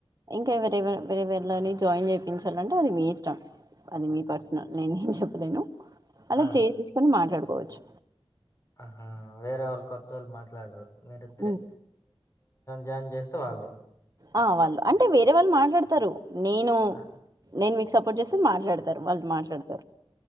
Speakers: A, on the right; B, on the left.
A: ఇంకా ఎవరే వేరే వేరళని జాయిన్ చేయిచాలంటే అది మీ ఇష్టం అది మీ పర్సనల్ నేనేం చెప్పలేను అలా
B: ఆ
A: చేయి తీసుకొని మాట్లాడుకోవచ్చు
B: ఆహా వేరే వాళ్ళు కొత్త వాళ్ళు మాట్లాడరు మీరిద్దరే
A: హ్మ్.
B: జాయిన్ చేస్తే వాళ్ళు
A: ఆ వాళ్ళు అంటే వేరే వాళ్ళు మాట్లాడతారు నేను
B: ఆ,
A: నేను మీకు సపోర్ట్ చేస్తే మాట్లాడతారు వాళ్ళు మాట్లాడతారు